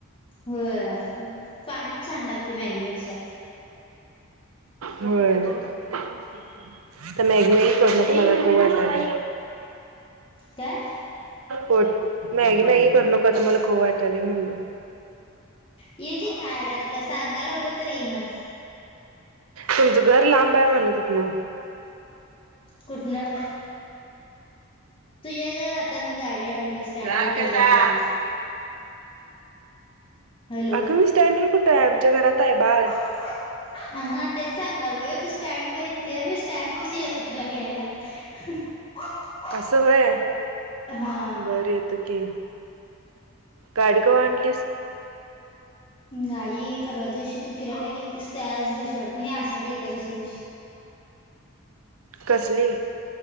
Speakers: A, on the left (about 25°); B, on the right (about 75°).
A: होय, पाणीच छान लागतय मॅगीपेक्षा.
B: होय आता मॅगी मॅगी करू नको मला खाऊ वाटालय.
A: काय
B: मॅगी मॅगी करू नको आता मला खाऊ वाटालय म्हणलो.
A: ये की खायाला तुला सांगालागलोय तर येईनास.
B: तुमचं घर लांब हाय म्हणलं तिथनं.
A: कुठनं? तू ये ग आता मी गाडी आणलोसं स्टँडवर
B: जा की
A: घ्यायला
B: आता.
A: येतो तुला. हॅलो
B: अग मी स्टँडवर कुठाय आमच्या घरात हाय बाळ.
A: <inaudible> हा हा तेच सांगालोय तू स्टँड पर्यंत ये मी स्टँड पशी येतो तुला घ्यायला. <unintelligible>
B: असं होय
A: हा
B: बर येतो की. गाडी कवा आणलीस?
A: गाडी परवा दिवशी, तू फिरायला गीलतीस त्याच दिवशी वाटत, नाही आशाढी एकादशी दिवशी.
B: कसली?